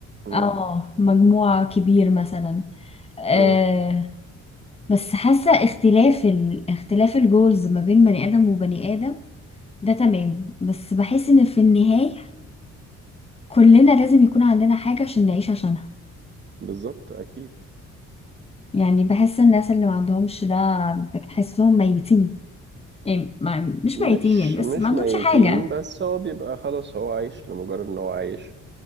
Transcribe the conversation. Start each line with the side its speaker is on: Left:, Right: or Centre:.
Right: مم.
Left: اه مجموعة كبير مثلا آه
Right: مم.
Left: بس حاسة اختلاف ال... اختلاف الجولز ما بين بني آدم وبني آدم ده تمام بس بحس ان في النهاية كلنا لازم يكون عندنا حاجة عشان نعيش عشانها
Right: بالظبط أكيد
Left: يعني بحس الناس اللي ما عندهمش ده بحسهم ميتين يعني ما... مش
Right: مش
Left: ميتين يعني بس
Right: مش
Left: ما عندهمش
Right: ميتين
Left: حاجة
Right: بس هو بيبقى خلاص هو عايش لمجرد ان هو عايش